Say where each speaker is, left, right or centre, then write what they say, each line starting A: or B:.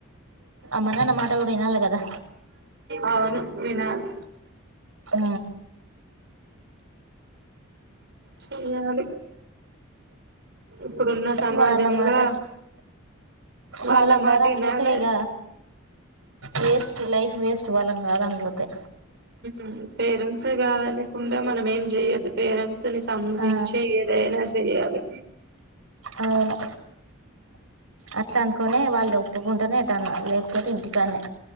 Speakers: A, on the right; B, on the right.
A: అమ్మ నాన్న మాట కూడా వినాలి కదా
B: అవును వినాల్
A: ఆ
B: చెయాలి ఇప్పుడున్న సమాజంలో
A: వాళ్ళమాట
B: వాళ్ళ
A: వాళ్ళను
B: మాట
A: కాదని
B: వినాలి
A: పోతే ఇగ వేస్ట్ లైఫ్ వేస్ట్ వాళ్ళని కాదని పోతే
B: ఉహు పేరెంట్స్ కాదనకుండా మనం ఏం చెయొద్దు పేరెంట్స్ ని సంబంధించే
A: ఆ
B: ఏదే దైన చెయాలి
A: అవును అట్లా అనుకునే వాళ్ళు ఒప్పుకుంటేనే ఏటన్నా లేకపోతే ఇంటికాన్నే